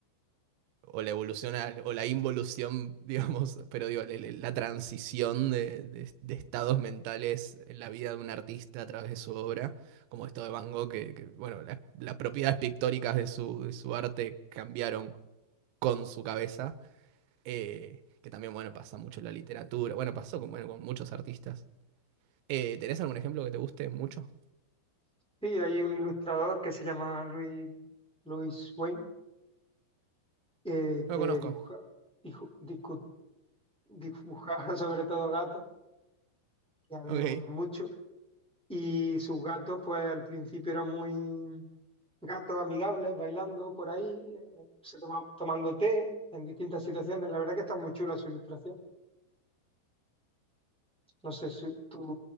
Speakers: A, on the right (about 85°); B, in the centre.
A: o la evolución al- o la involución, <laughs> digamos, pero digo, le- le- la transición de, de- de estados mentales en la vida de un artista a través de su obra, como esto de Van Gogh, que, que, bueno, las, las propiedades pictóricas de su, de su arte cambiaron con su cabeza eh, que también, bueno, pasa mucho en la literatura. Bueno, pasó con, bueno, con muchos artistas. Eh, ¿tenés algún ejemplo que te guste mucho?
B: Sí, hay un ilustrador que se llama Louis, Louis Wayne, eh, que
A: No lo conozco.
B: dibuja, dijo- discu- dibujaba <laughs> sobre todo gatos, que a mí
A: Ok.
B: me gustan mucho, y sus gatos pues al principio eran muy... gatos amigables bailando por ahí, eh, se toma- tomando té en distintas situaciones. La verdad que está muy chula su ilustración. No sé si tú